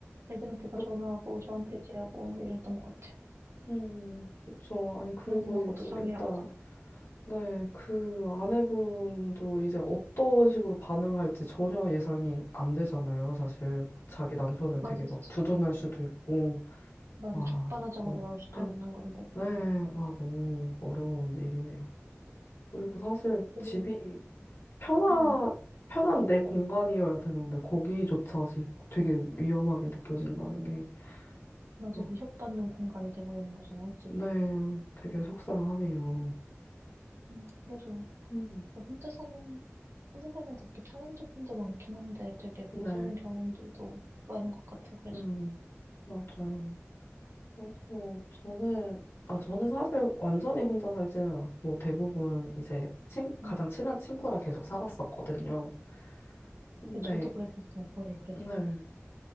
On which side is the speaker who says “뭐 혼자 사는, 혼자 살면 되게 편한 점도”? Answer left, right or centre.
Right